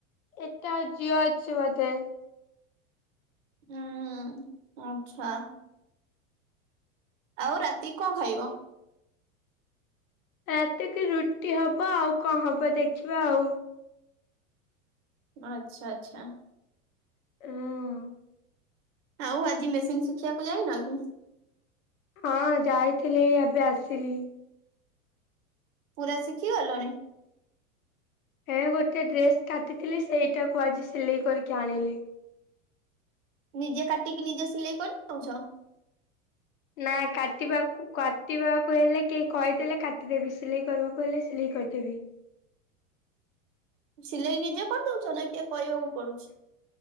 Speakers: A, on the left (about 75°); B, on the right (about 60°).
A: ଏଟା ଜିଓ ଅଛି ବୋଧେ
B: ହୁଁ ଆଚ୍ଛା ଆଉ ରାତି କି କଣ ଖାଇବ
A: ରାତିକି ରୁଟି ହବ ଆଉ କଣ ହବ ଦେଖିବା ଆଉ
B: ଆଚ୍ଛା ଆଚ୍ଛା
A: ଉଁ
B: ଆଉ ଆଜି ମେସିନ୍ ଶିଖିବାକୁ ଯାଇନ କି
A: ହଁ ଯାଇଥିଲି ଏବେ ଆସିଲି
B: ପୁରା ଶିଖି ଗଲଣି
A: ହେ ଗୋଟେ ଡ୍ରେସ୍ କାଟିଥିଲି ସେଇଟାକୁ ଆଜି ସିଲେଇ କରିକି ଆଣିଲି
B: ନିଜେ କାଟିକି ନିଜେ ସିଲେଇ କରିଦଉଛ
A: ନା କାଟିବାକୁ କାଟିବାକୁ ହେଲେ କେହି କହିଦେଲେ କାଟିଦେବି ସିଲେଇ କରିବାକୁ ହେଲେ ସିଲେଇ କରିଦେବି।
B: ସିଲେଇ ନିଜେ କରିଦଉଛ ନା କିଏ କହିବାକୁ ପଡୁଛି